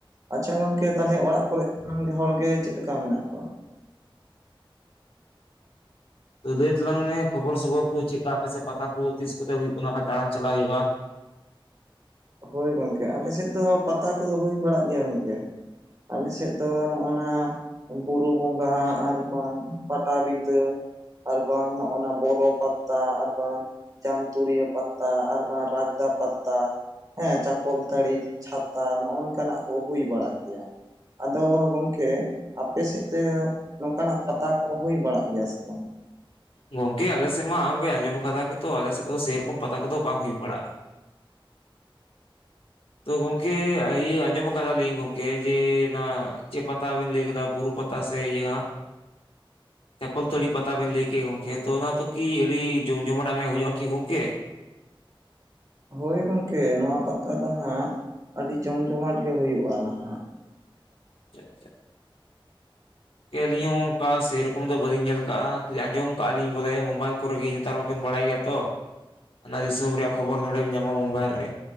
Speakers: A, on the right (about 40°); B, on the left (about 80°).
A: ᱟᱪᱪᱷᱟ ᱜᱚᱝᱠᱮ ᱛᱟᱦᱚᱸᱞᱮ ᱚᱲᱟᱜ ᱠᱚᱨᱮ <unintelligible> ᱦᱚᱲ ᱜᱮ ᱪᱮᱫ ᱞᱮᱠᱟ ᱢᱮᱱᱟᱜ ᱠᱚᱣᱟ?
B: ᱞᱟᱹᱭ ᱛᱟᱞᱟᱝ ᱢᱮ ᱠᱷᱚᱵᱚᱨ ᱥᱚᱵᱚᱨ ᱠᱚ ᱪᱮᱫ-ᱠᱟ ᱟᱯᱮ ᱥᱮᱫ ᱯᱟᱛᱟ ᱠᱚ ᱛᱤᱥ ᱠᱚᱛᱮ ᱦᱩᱭᱩᱜ ᱠᱟᱱᱟ ᱵᱟᱠᱷᱟᱡ ᱫᱟᱬᱟᱱ ᱪᱟᱞᱟᱜ ᱦᱩᱭᱩᱜ-ᱟ᱾
A: ᱦᱳᱭ ᱜᱚᱝᱠᱮ ᱟᱞᱮ ᱥᱮᱫ ᱫᱚ ᱯᱟᱛᱟ ᱠᱚᱫᱚ ᱦᱩᱭ ᱵᱟᱲᱟᱜ ᱜᱮᱭᱟ ᱜᱚᱝᱠᱮ᱾ ᱟᱞᱮ ᱥᱮᱫ ᱫᱚ ᱱᱚᱜ-ᱚ ᱱᱟᱼᱼ ᱵᱩᱨᱩ ᱵᱚᱸᱜᱟ ᱟᱨ ᱵᱟᱝ ᱯᱟᱴᱟᱵᱤᱫᱟᱹᱼᱼ ᱟᱨ ᱵᱟᱝ ᱱᱚᱜᱚ-ᱱᱟ ᱵᱚᱨᱚ ᱯᱟᱛᱟ ᱟᱨ ᱵᱟᱝᱼᱼ ᱡᱟᱢᱛᱩᱲᱤᱭᱟᱹ ᱯᱟᱛᱟ ᱟᱨ ᱵᱟᱝ ᱨᱟᱜᱽᱫᱟ ᱯᱟᱛᱟᱼᱼ ᱦᱮᱸ ᱪᱟᱠᱚᱞᱛᱟᱹᱲᱤ ᱪᱷᱟᱛᱟ ᱱᱚᱜ-ᱚ ᱱᱚᱝᱠᱟᱱᱟᱜ ᱠᱚ ᱦᱩᱭ ᱵᱟᱲᱟ ᱜᱮᱭᱟ᱾ ᱟᱫᱚ ᱜᱚᱝᱠᱮᱼᱼ ᱟᱯᱮ ᱥᱮᱫ ᱛᱮ ᱱᱚᱝᱠᱟᱱᱟᱜ ᱯᱟᱛᱟ ᱠᱚ ᱦᱩᱭ ᱵᱟᱲᱟᱜ ᱜᱮᱭᱟ ᱥᱮ ᱵᱟᱝ?
B: ᱜᱚᱝᱠᱮ ᱟᱞᱮᱥᱮᱫ ᱢᱟ ᱟᱢᱮ ᱟᱸᱡᱚᱢ ᱟᱠᱟᱫᱟ ᱠᱤ ᱛᱚ ᱟᱞᱮᱥᱮᱫ ᱫᱚ ᱥᱮᱨᱚᱠᱚᱢ ᱯᱟᱛᱟ ᱠᱚᱫᱚ ᱵᱟᱝ ᱦᱩᱭ ᱵᱟᱲᱟᱜ-ᱟ᱾ ᱛᱚ ᱜᱚᱝᱠᱮ ᱤᱭᱟᱹ ᱟᱸᱡᱚᱢ ᱠᱟᱫᱟᱞᱤᱧ ᱜᱚᱝᱠᱮ ᱡᱮ ᱚᱱᱟ ᱪᱮᱫ ᱯᱟᱛᱟᱵᱤᱱ ᱞᱟᱹᱭ ᱠᱮᱫᱟ ᱵᱩᱨᱩ ᱯᱟᱛᱟ ᱛᱟ ᱥᱮ ᱤᱭᱟ
A: <inaudible>
B: ᱪᱟᱠᱚᱞ ᱛᱟᱹᱲᱤ ᱯᱟᱛᱟ ᱵᱮᱱ ᱞᱟᱹᱭ ᱠᱮᱜ ᱜᱚᱢᱠᱮ ᱛᱚ ᱚᱱᱟ ᱛᱚ ᱠᱤ ᱟᱹᱰᱤ ᱡᱚᱢ ᱡᱚᱢᱟᱴ ᱜᱮ ᱦᱩᱭᱩᱜ-ᱟ ᱠᱤ ᱜᱚᱢᱠᱮ?
A: ᱦᱳᱭ ᱜᱚᱝᱠᱮ ᱱᱚᱣᱟ ᱯᱟᱛᱟ ᱫᱚ ᱦᱟᱸᱜ ᱟᱹᱰᱤ ᱡᱚᱢ ᱡᱚᱢᱟᱴ ᱜᱮ ᱦᱩᱭᱩᱜ-ᱟ ᱱᱟᱦᱟᱸᱜ᱾
B: ᱟᱪᱪᱷᱟ ᱟᱪᱪᱷᱟ᱾ ᱟᱹᱞᱤᱧ ᱦᱚᱸ ᱚᱱᱠᱟ ᱥᱮᱨᱚᱠᱚᱢ ᱫᱚ ᱵᱟᱹᱞᱤᱧ ᱧᱮᱞ ᱟᱠᱟᱜ-ᱟ ᱠᱷᱟᱞᱤ ᱟᱸᱡᱚᱢ ᱠᱟᱜ-ᱟ ᱞᱤᱧ ᱵᱚᱞᱮ ᱢᱳᱵᱟᱭᱤᱞ ᱠᱚᱨᱮᱜᱮ ᱱᱮᱛᱟᱨ ᱢᱟᱵᱮᱱ ᱵᱟᱲᱟᱭ ᱜᱮᱭᱟ ᱛᱚ ᱚᱱᱟ ᱫᱤᱥᱚᱢ ᱨᱮᱭᱟᱜ ᱠᱷᱚᱵᱚᱨ ᱱᱚᱸᱰᱮᱢ ᱧᱟᱢᱟ ᱢᱳᱵᱟᱭᱤᱞ ᱨᱮ᱾